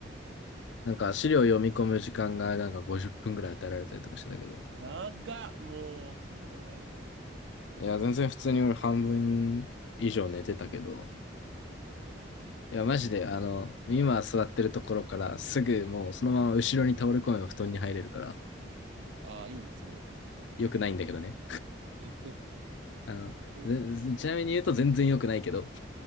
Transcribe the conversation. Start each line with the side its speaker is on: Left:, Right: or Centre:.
Left: なんか資料読み込む時間がなんか50分ぐらい与えられたりとかしてたけど。
Right: 長っもう、そんな漫画読んじゃうよ。
Left: いや、全然普通に俺半分以上寝てたけど。
Right: <laughs>
Left: いや、マジで、あの、今座ってるところからすぐもうそのまま後ろに倒れ込めば布団に入れるから、
Right: ああ、いいね、それ。
Left: 良くないんだけどね。
Right: <laughs>
Left: あの、
Right: まあ、効率、
Left: ぜちなみに言うと全然良くないけど。